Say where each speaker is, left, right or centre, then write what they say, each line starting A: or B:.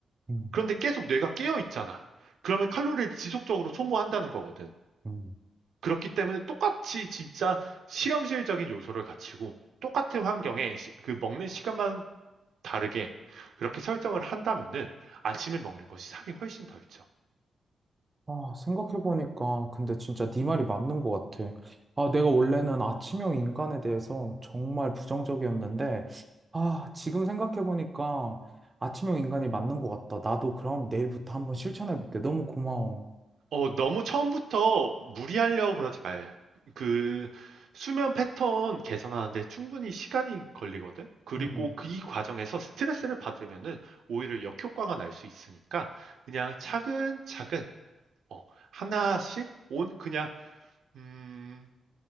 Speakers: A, on the right (about 25°); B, on the right (about 75°).
A: 음,
B: 그런데 계속 뇌가 깨어 있잖아. 그러면 칼로리를 지속적으로 소모한다는 거거든.
A: 음.
B: 그렇기 때문에 똑같이 진짜 실험실적인 요소를 갖추고 똑같은 환경에 시- 그 먹는 시간만 다르게 그렇게 설정을 한다면은 아침에 먹는 것이 살이 훨씬 덜 쪄.
A: 아, 생각해보니까, 근데 진짜 네 말이 맞는 것 같아. 아, 내가 원래는 아침형 인간에 대해서 정말 부정적이었는데, 아, 지금 생각해보니까 아침형 인간이 맞는 것 같다. 나도 그럼 내일부터 한번 실천해볼게. 너무 고마워.
B: 어, 너무 처음부터 무리하려고 그러지 말. 그 수면 패턴 개선하는데 충분히 시간이 걸리거든. 그리고
A: 음,
B: 그 이 과정에서 스트레스를 받으면은 오히려 역효과가 날 수 있으니까 그냥 차근차근 어, 하나씩 온 그냥 음,